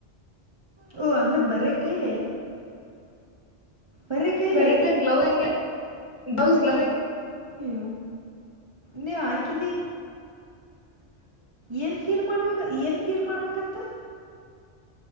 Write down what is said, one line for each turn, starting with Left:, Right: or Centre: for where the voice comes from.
Right: ಓಹ ಅಂದ್ರ ಬರೆ ಕೈಲೆ ಬರೇ ಕೈಲೆ
Left: ಬರಕಲ ಗ್ಲೌ <unintelligible> <inaudible> ಬೌಸ್ <inaudible> ಗಲ
Right: ನೀ ನೀವ್ ಹಾಕಿದಿ ಏನ್ ಫೀಲ್ ಮಾಡ್ಬ ಏನ್ ಫೀಲ್ ಮಾಡ್ಬೇಕಂತ